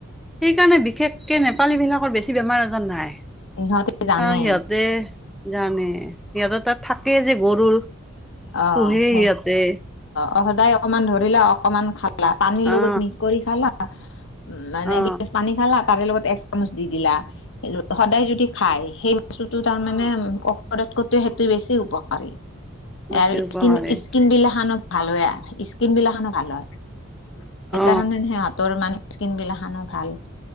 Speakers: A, in the centre; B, on the left (about 65°).
A: সেইকাৰণে বিশেষকে নেপালী বিলাকৰ বেছি বেমাৰ আজাৰ নাই
B: সিহঁতে জানে
A: অ সিহঁতে জানে সিহঁতৰ তাত থাকেই যে গৰুৰ
B: অ
A: পোহে
B: সেই
A: সিহঁতে
B: অ সদায় অকমান ধৰিলে অকমান খাল লা পানীৰ লগত
A: অ
B: মিক্স কৰি খালা উ মানে
A: অ
B: এগিলাছ পানী খালা তাৰে লগত এক চামুচ দি দিলা এ সদায় যদি খায় সেইব স্তুটো তাৰমানে
A: অ
B: ঔষধ কতোৱে সেইটো বেছি উপকাৰী
A: বেছি
B: এৰ
A: উপকাৰী
B: স্কিন স্কিন বিলাক খনো ভাল হয় আৰু স্কিন বিলাক খানো ভাল হয় সেইকাৰণে
A: অ
B: সিহঁতৰ মানে স্কিন বিলাখানো ভাল